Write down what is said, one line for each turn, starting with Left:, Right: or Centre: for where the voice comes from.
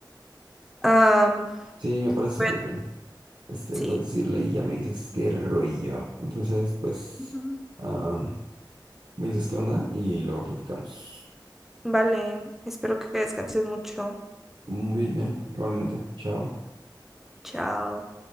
Centre: Am,
Right: Sí, me parece súper
Centre: pues,
Right: bien. Este,
Centre: sí.
Right: puedes decirle y ya me dices qué rollo. Entonces, pues
Centre: Ujú.
Right: am, me dices qué onda y luego platicamos.
Centre: Vale, espero que descanses mucho.
Right: Muy bien, igualmente. Chao.
Centre: Chao.